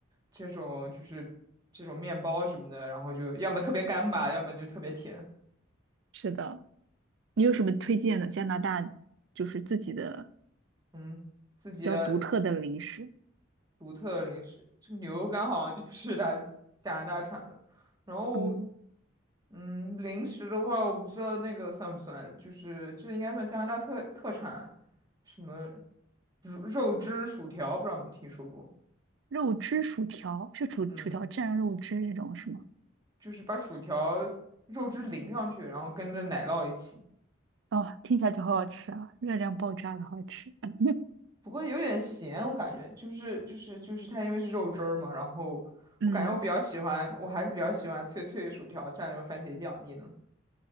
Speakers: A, on the right (about 20°); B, on the right (about 65°).
A: 这种，就是这种面包什么的，然后就要么特别干巴，要么就特别甜。
B: 是的，你有什么推荐的加拿大就是自己的
A: 嗯，自己的
B: 比较独特的零食？
A: 独特零食，这个牛肉干好像就是 <laughs> 它加拿大产的。然后，
B: 嗯，
A: 嗯，零食的话，我不知道那个算不算，就是这应该算加拿大特特产，什么肉肉汁薯条，不知道你们听说过？
B: 肉汁薯条是薯薯条蘸肉汁这种是吗？
A: 嗯。就是把薯条肉汁淋上去，然后跟着奶酪一起。
B: 哦，听起来就好好吃啊，热量爆炸的好吃。嗯，
A: 不过有点咸，我感觉就是就是就是它因为是肉汁儿嘛，然后我感觉我比较喜欢，
B: 嗯
A: 我还是比较喜欢脆脆的薯条蘸着番茄酱。你呢？